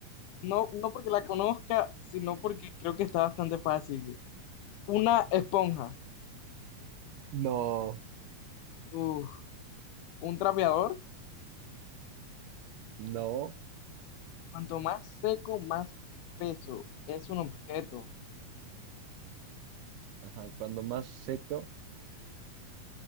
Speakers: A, on the left; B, on the right.
A: No, no porque la conozca, sino porque creo que está bastante fácil. Una esponja,
B: No,
A: uf, un trapeador,
B: no.
A: cuanto más seco, más peso. Es un objeto.
B: Ajá, cuando más seco.